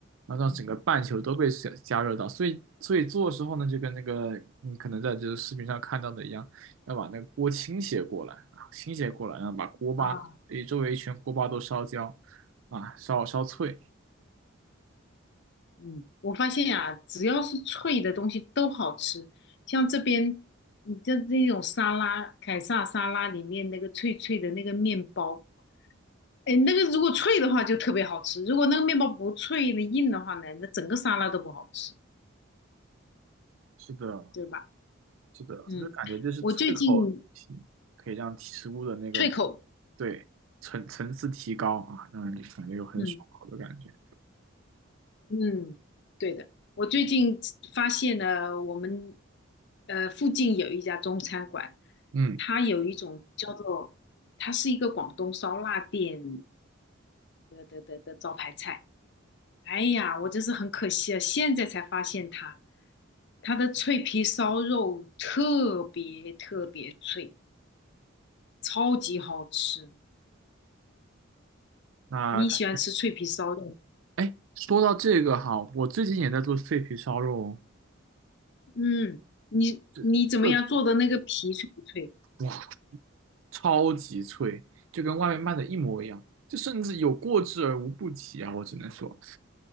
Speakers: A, on the right; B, on the left.
A: 然后让整个半球都被加加热到。
B: 嗯
A: 所以，所以做的时候呢，就跟那个你可能在这个视频上看到的一样，要把那个锅倾斜过来啊，倾斜过来，然后把锅巴，
B: 啊，
A: 诶，周围一圈锅巴都烧焦啊，烧烧脆。
B: 嗯，我发现呀、只要是脆的东西都好吃，像这边，你像这种沙拉，凯撒沙拉里面那个脆脆的那个面包，哎，那个如果脆的话就特别好吃，如果那个面包不脆的硬的话呢，那整个沙拉都不好吃，
A: 是的，
B: 对吧？
A: 是的，
B: 嗯，
A: 就是感觉就是脆口的东西可以让提食物的那个
B: 我最近脆口。
A: 对层层次提高啊，让人感觉有很爽口的感觉。
B: 嗯。嗯，对的，我最近发现了我们呃附近有一家中餐馆，
A: 嗯，
B: 它有一种叫做，它是一个广东烧腊店的的的的招牌菜。哎呀，我真是很可惜啊，现在才发现它，它的脆皮烧肉特别特别脆，超级好吃。
A: 那它
B: 你喜欢吃脆皮烧肉？
A: 哎，说到这个哈，我最近也在做脆皮烧肉哦，
B: 嗯，你你怎么样做的那个皮脆不脆？
A: 这呃哇，超级脆，就跟外面卖的一模一样，就甚至有过之而无不及啊，我只能说，